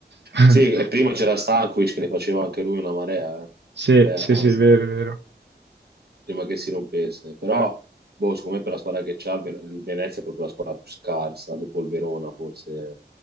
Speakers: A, on the right; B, on the right.
A: <laughs>
B: Sì, e prima c'era Stankovic che ne faceva anche lui una marea, eh.
A: Sì,
B: Cioè,
A: sì,
B: a-
A: sì, è vero, è vero.
B: prima che si rompesse. Però, boh, secondo me per la squadra che c'ha, il Ven- il Venezia è proprio la squadra più scarsa, dopo il Verona forse